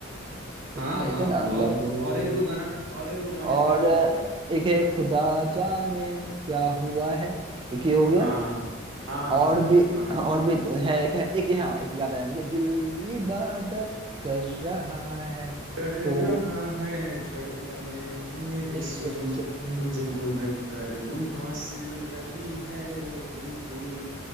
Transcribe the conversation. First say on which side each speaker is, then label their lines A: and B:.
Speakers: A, on the right (about 25°); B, on the right (about 65°).
A: तो
B: हाँ
A: है ना
B: हाँ
A: एक है ना
B: और
A: लबों
B: और एक दो गाना और एक दो गाने
A: और
B: का नाम
A: एक
B: बताओ
A: है खुदा जाने क्या हुआ है एक ये हो गया
B: हाँ हाँ
A: और
B: हाँ
A: भी
B: हाँ
A: और भी तो है एक है एक हाँ एक याद आया मुझे दिल इबादत कर रहा है
B: कर
A: तो
B: रहा है धड़कन मेरी
A: मेरी
B: सुन
A: सुन
B: तुझको मैं कर लूं हासिल लगी है यही धुन